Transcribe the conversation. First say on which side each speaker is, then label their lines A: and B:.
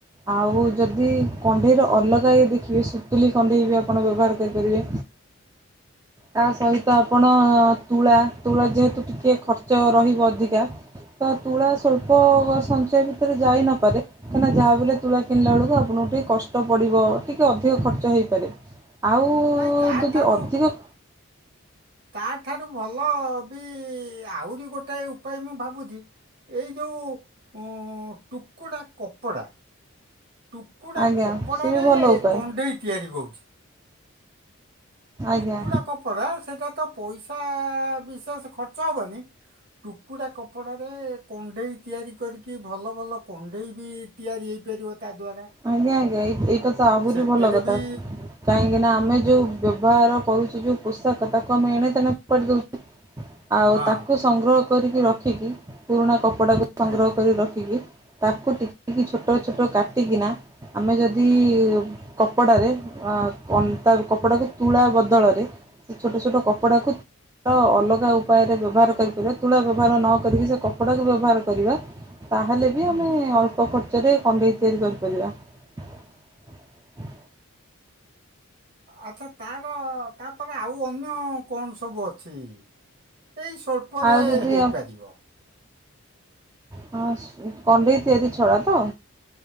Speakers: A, on the right; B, on the right.
A: ଆଉ ଯଦି କଣ୍ଢେଇର ଅଲଗା ଇଏ ଦେଖିବେ ସୁତୁଲି କଣ୍ଢେଇ ବି ଆପଣ ବ୍ୟବହାର କରିପାରିବେ। ତା ସହିତ ଆପଣ ତୁଳା, ତୁଳା ଯେହେତୁ ଟିକେ ଖର୍ଚ୍ଚ ର ରହିବ ଅଧିକା ତ ତୁଳା ସ୍ୱଳ୍ପ ସଞ୍ଚୟ ଭିତରେ ଯାଇନପାରେ କାହିଁକିନା ଯାହା ବି ହେଲେ ତୁଳା କିଣିଲା ବେଳକୁ ଆପଣଙ୍କୁ ଟିକେ କଷ୍ଟ ପଡ଼ିବ, ଟିକେ ଅଧିକ ଖର୍ଚ୍ଚ ହେଇପାରେ। ଆଉ
B: ନାଇଁ ତାଠାରୁ
A: ଯଦି ଅଧିକ
B: ତା ଠାରୁ ଭଲ ବି ଆହୁରି ଗୋଟେ ଉପାୟ ମୁଁ ଭାବୁଛି ଏଇ ଯୋଉ ଉଁ-ଟୁକୁଡ଼ା କପଡ଼ା ଟୁକୁଡା
A: ଆଜ୍ଞା
B: କପଡାରେ
A: ସେ ବି ଭଲ ଉପାୟ
B: କଣ୍ଢେଇ ତିଆରି କୋଉଚି।
A: ଆଜ୍ଞା
B: ଟୁକୁଡ଼ା କପଡ଼ା ସେଟା ତ ପଇସା ବିଶେଷ ଖର୍ଚ୍ଚ ହବନି। ଟୁକୁଡ଼ା କପଡ଼ାରେ କଣ୍ଢେଇ ତିଆରି କରିକି ଭଲ ଭଲ କଣ୍ଢେଇ ବି ତିଆରି ହେଇପାରିବ। ତା ଦ୍ୱାରା
A: ଆଜ୍ଞା ଆଜ୍ଞା ଏଇ-ଏଇଟା ତ ଆହୁରି
B: ସେଥିରେ
A: ଭଲ କଥା,
B: ବି
A: କାହିଁକିନା ଆମେ ଯୋଉ ବ୍ୟବହାର କରୁଚେ ଯୋଉ ପୋଷାକ ତାକୁ ଆମେ ଏଣେ ତେଣେ ଫୋପାଡି ଦୋଉଚେ ଆଉ
B: ହଁ
A: ତାକୁ ସଂଗ୍ରହ କରିକି ରଖିକି ପୁରୁଣା କପଡ଼ାକୁ ସଂଗ୍ରହ
B: ଆଜ୍ଞା
A: କରି ରଖିକି ତାକୁ ଟିକିଟିକି ଛୋଟଛୋଟ କାଟିକିନା, ଆମେ ଯଦି କପଡ଼ାରେ ତା କନ୍-ତା କପଡ଼ାକୁ ତୁଳା ବଦଳରେ ସେ ଛୋଟ ଛୋଟ କପଡ଼ାକୁ ତ ଅଲ ଗା ଉପାୟରେ ବ୍ୟବହାର କରିପାରିବା ତୁଳା ବ୍ୟବହାର ନ କରିକି ସେ କପଡ଼ାକୁ ବ୍ୟବହାର କରିବା ତାହେଲେ ବି
B: ହୁଁ
A: ଆମେ ଅଳ୍ପ ଖର୍ ଚରେ ଖଣ୍ଡେଇ ତିଆରି କରିପାରିବା।
B: ଆଚ୍ଛା ତାର ତାପରେ ଆଉ ଅନ୍ୟ କଣ ସବୁ ଅଛି? ଏଇ ସ୍ୱଳ୍ପରେ
A: ଆଉ ଯଦି
B: ହେଇପାରିବ।
A: ହଁ ସ୍ୱ-କଣ୍ଢେଇ ତିଆରି ଛଡା ତ?